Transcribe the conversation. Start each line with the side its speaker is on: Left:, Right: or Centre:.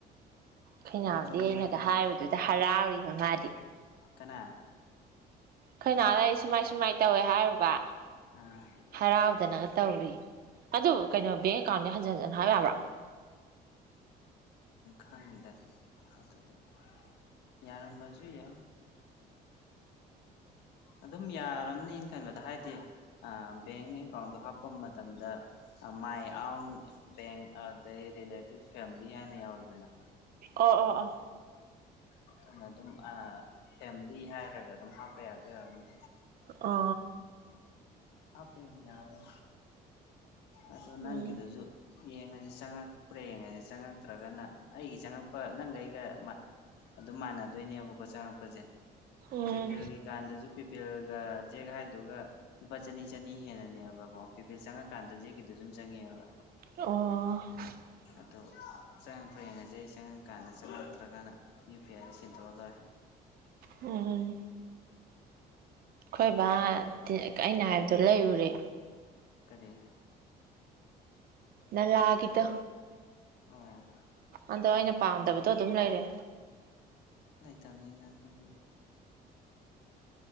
Right: ꯈꯣꯢꯅꯥꯎꯗꯤ
Left: ꯆꯨꯝꯅꯒꯤ
Right: ꯑꯩꯅꯒ ꯍꯥꯏꯕꯗꯨꯗ ꯍꯔꯥꯎꯔꯤꯕ ꯃꯥꯗꯤ
Left: ꯀꯅꯥ
Right: ꯈꯣꯏꯅꯥꯎ ꯑꯩ ꯁꯨꯃꯥꯏ ꯁꯨꯃꯥꯏꯅ ꯇꯧꯋꯦ ꯍꯥꯏꯔꯨꯕ
Left: ꯑ
Right: ꯍꯔꯥꯎꯗꯅꯒ ꯇꯧꯔꯤ ꯑꯗꯨ ꯀꯩꯅꯣ ꯕꯦꯡ ꯀꯥꯅꯦ ꯍꯟꯖꯤꯟ ꯍꯟꯖꯤꯟ ꯍꯥꯕ ꯌꯥꯕ꯭ꯔꯥ
Left: ꯈꯪꯗꯦ ꯑꯗꯨꯗꯤ ꯌꯥꯔꯝꯕꯁꯨ ꯌꯥꯏ ꯑꯗꯨꯝ ꯌꯥꯔꯝꯅꯦꯅ ꯈꯟꯕꯗ ꯍꯥꯏꯗꯤ ꯕꯦꯡ ꯑꯦꯀꯥꯎꯟꯗꯣ ꯍꯥꯞꯄ ꯃꯇꯝꯗ ꯃꯥꯏ ꯑꯥꯎꯟ ꯕꯦꯡ ꯑꯗꯩ ꯔꯤꯂꯦꯇꯤꯞ ꯐꯦꯂꯤ ꯍꯥꯏꯅ ꯌꯥꯎꯋꯦꯗꯅ
Right: ꯑꯣ ꯑꯣ ꯑꯣ
Left: ꯑꯗꯨꯅ ꯑꯗꯨꯝ ꯑ ꯐꯦꯝꯂꯤ ꯍꯥꯏꯔꯒ ꯑꯗꯨꯝ ꯍꯥꯞꯄ ꯌꯥꯗꯣꯏ ꯑꯣꯏꯔꯝꯅꯤ
Right: ꯑ
Left: ꯍꯥꯄꯦ ꯌꯥꯕ ꯑꯗꯣ ꯅꯪꯒꯤꯗꯨꯁꯨ
Right: ꯎꯝ
Left: ꯌꯦꯡꯉꯁꯤ ꯆꯉꯛ ꯄ꯭ꯔ ꯌꯦꯡꯉꯁꯦ ꯆꯪꯉꯛꯇ꯭ꯔꯒꯅ ꯑꯩꯒꯤ ꯆꯪꯉꯛꯄ ꯅꯪꯒ ꯑꯩꯒ ꯑꯗꯨꯝ ꯃꯥꯟꯅꯗꯣꯏꯅꯦꯕꯀꯣ ꯆꯪꯉꯛꯄꯁꯦ
Right: ꯎꯝ
Left: ꯄꯤꯄꯜꯒꯤ ꯀꯥꯟꯗꯁꯨ ꯄꯤꯞ ꯄꯤꯜꯒ ꯖꯦꯛ ꯍꯥꯏꯗꯨꯒ ꯂꯨꯄꯥ ꯆꯅꯤ ꯆꯅꯤ ꯍꯦꯟꯅꯅꯦꯕꯀꯣ ꯄꯤꯄꯦ ꯆꯪꯉꯀꯥꯟꯗ ꯖꯦꯛꯀꯤꯗꯨꯣ ꯑꯗꯨꯨꯝ ꯆꯪꯉꯦꯕ
Right: ꯑꯣ
Left: ꯑꯗꯨ ꯆꯪꯉꯛꯄ ꯌꯦꯡꯉꯁꯦ ꯑꯩ ꯆꯪꯉꯛꯀꯥꯟꯗ ꯆꯪꯉꯛꯇ꯭ꯔꯒꯅ ꯌꯨ ꯄꯤ ꯑꯥꯏꯗ ꯁꯤꯟꯗꯣꯛꯑ ꯂꯣꯏꯔꯦ
Right: ꯎꯝ ꯈꯣꯏ ꯕꯥ ꯑꯩꯅ ꯍꯥꯏꯕꯗꯣ ꯂꯩꯔꯨꯔꯦ
Left: ꯀꯔꯤ
Right: ꯅꯂꯥꯒꯤꯗꯣ
Left: ꯑ
Right: ꯑꯗꯣ ꯑꯩꯅ ꯄꯥꯝꯗꯕꯗꯣ ꯑꯗꯨꯝ ꯂꯩꯔꯦ
Left: ꯇꯅꯤ ꯅ ꯇꯒꯦ